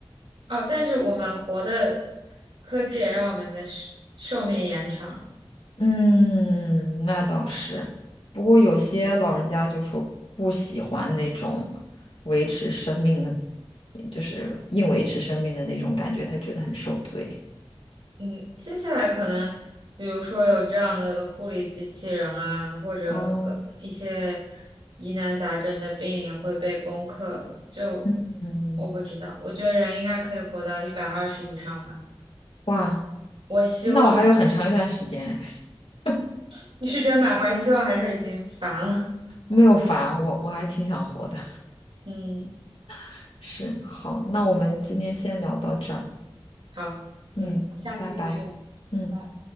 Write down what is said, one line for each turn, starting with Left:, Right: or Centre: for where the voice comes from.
Right: 哦，但是我们活的科技也让我们的寿寿命延长。
Left: 嗯，那倒是。不过有些老人家就说不喜欢那种维持生命的，就是硬维持生命的那种感觉，他觉得很受罪。
Right: 嗯，接下来可能，比如说有这样的护理机器人啊，或者更一些
Left: 哦，
Right: 疑难杂症的病也会被攻克。就
Left: 嗯，
Right: 我不知道，我觉得人应该可以活到一百二十以上吧。
Left: 哇，
Right: 我希望
Left: 那我还有很长一段时间哎 <laughs>
Right: <laughs> 你是觉得满怀希望，还是已经烦了？
Left: 没有烦，我我还挺想活的。
Right: 嗯，
Left: <laughs> 是，好，那我们今天先聊到这儿。
Right: 好，行，
Left: 嗯，
Right: 下次继续，
Left: 拜拜。嗯。
Right: 拜拜。